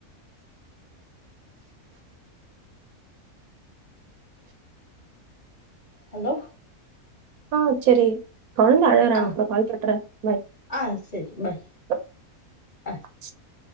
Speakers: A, on the left (about 35°); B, on the right (about 75°).
A: hello
B: ஆஹ் செரி கொழந்த அழறா
A: ஆ
B: அப்பற கால்
A: ஆ சரி பாய்
B: <unintelligible>
A: ஆ
B: அ